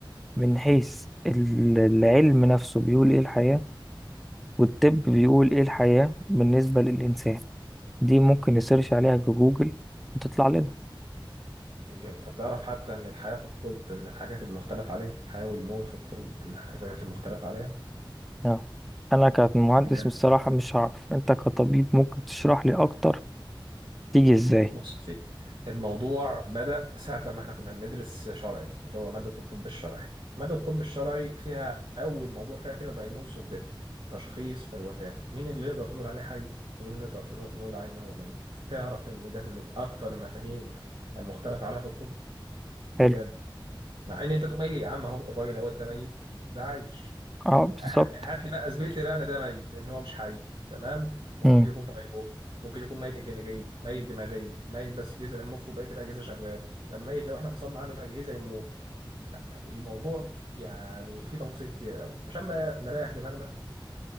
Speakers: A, in the centre; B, on the right.
A: من حيث ال- العلم نفسه بيقول إيه الحياة والطب بيقول إيه الحياة بالنسبة للإنسان دي ممكن نسيرش عليها جوجل وتطلع لنا
B: جميل طب تعرف حتى إن الحياة في الطب من الحاجات المختلف عليها الحياة والموت في الطب من الحاجات المختلف عليها
A: اه انا كمهندس
B: بجد
A: بصراحة مش هعرف انت كطبيب ممكن تشرح لي اكتر تيجي ازاي
B: بص يا سيدي الموضوع بدأ ساعة لما احنا كنا بندرس شرعي اللي هو مادة الطب الشرعي مادة الطب الشرعي فيها أول موضوع فيها كده diagnosis of death تشخيص الوفاة مين اللي نقدر نقول عليه حي ومين نقدر نقول نقول عليه إن هو ميت تعرف إن ده من الأكتر المفاهيم المختلف عليها في الطب بجد
A: حلو
B: مع ان انت تقوم قايل لي يا عم اهو الراجل اهو ده ميت ده عايش
A: اه
B: ده
A: بالظبط
B: هات هات لي بقى اثبت لي بقى ان ده ميت ان هو مش حي تمام ما
A: مم.
B: هو ممكن يكون في غيبوبه ممكن يكون ميت اكلينيكيا ميت دماغيا ميت بس جذع المخ وبقيه الاجهزه شغال طب ميت لو احنا فصلنا عنه الاجهزه يموت الموضوع يعني فيه تفاصيل كتيره قوي عشان بقى نريح دماغنا